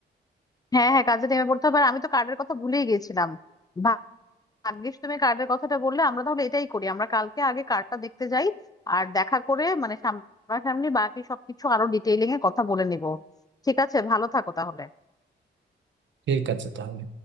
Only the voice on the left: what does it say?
হ্যাঁ হ্যাঁ কাজে নেমে পড়তে হবে আর আমি তো কার্ডের কথা ভুলেই গিয়েছিলাম ভা- ভাগ্যিস তুমি কার্ডের কথাটা বললে আমরা তাহলে এটাই করি আমরা কালকে আগে কার্ডটা দেখতে যাই আর দেখা করে মানে সামনাসামনি বাকি সবকিছু আরো ডিটেইলিং এ কথা বলে নিব ঠিক আছে ভালো থাকো তাহলে